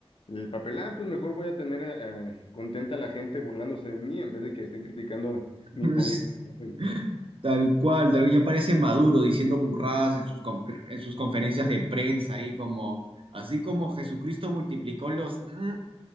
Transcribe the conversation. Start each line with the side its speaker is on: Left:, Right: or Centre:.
Left: el papel, ah, pues mejor voy a tener eh, contenta a la gente burlándose de mí en vez de que estén criticando mi
Right: <laughs>
Left: política. güey.
Right: Es tal cual, tal, ya parece Maduro diciendo burradas en sus, confer- en sus conferencias de prensa ahí como... Así como Jesucristo multiplicó los... mm,